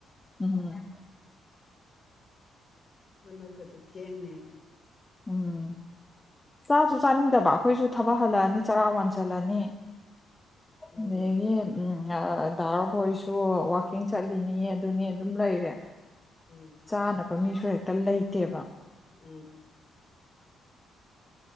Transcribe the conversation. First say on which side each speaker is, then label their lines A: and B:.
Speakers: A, on the left (about 15°); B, on the left (about 40°).
A: ꯎꯝ
B: ꯅꯅꯠꯇꯗꯤ ꯊꯦꯡꯡꯅꯦꯕ
A: ꯎꯝ ꯆꯥꯁꯨ ꯆꯥꯅꯤꯡꯗꯕ ꯑꯩꯈꯣꯏꯁꯨ ꯊꯕꯛ ꯍꯜꯂꯛꯑꯅꯤ ꯆꯔꯥ ꯋꯥꯟꯁꯤꯜꯂꯅꯤ ꯑꯗꯨꯒꯤ
B: ꯎꯝ
A: ꯗꯥꯔꯈꯣꯏꯁꯨ ꯋꯀꯤꯡ ꯆꯠꯂꯤꯅꯤꯉ ꯑꯗꯨꯅꯤ ꯑꯗꯨꯝ ꯂꯩꯔꯦ
B: ꯎꯝ
A: ꯆꯥꯅꯕ ꯃꯤꯁꯨ ꯍꯦꯛꯇ ꯂꯩꯇꯦꯕ
B: ꯎꯝ